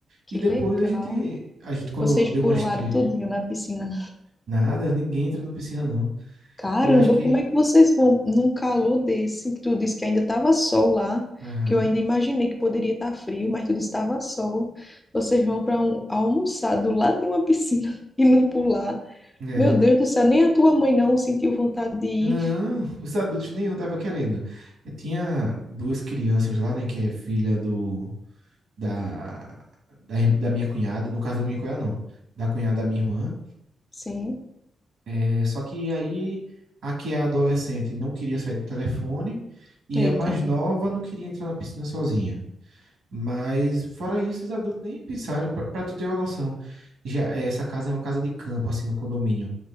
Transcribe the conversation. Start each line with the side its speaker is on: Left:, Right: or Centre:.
Left: Que
Right: E depois
Left: legal.
Right: a gente, a gente quando
Left: Vocês
Right: deu
Left: pularam
Right: umas três,
Left: tudinho na piscina.
Right: nada, ninguém entra na piscina não.
Left: Caramba,
Right: Eu acho que,
Left: como é que vocês vão num calor desse, que tu disse que ainda estava sol lá,
Right: aham,
Left: que eu ainda imaginei que poderia estar frio, mas tu disse que estava sol. Vocês vão para um, almoçar do lado de uma piscina <laughs> e não pular.
Right: é.
Left: Meu Deus do céu, nem a tua mãe não sentiu vontade de ir.
Right: Não, os adultos nenhum tava querendo. Eu tinha duas crianças lá, né, que é filha do da da, ir- da minha cunhada, no caso da minha cunhada não, da cunhada da minha irmã.
Left: Sim,
Right: É, só que aí a que é adolescente não queria sair do telefone e
Left: eita,
Right: a mais nova não queria entrar na piscina sozinha. Mas fora isso, os adultos nem pensaram, pra pra tu ter uma noção. Já essa casa é uma casa de campo assim no condomínio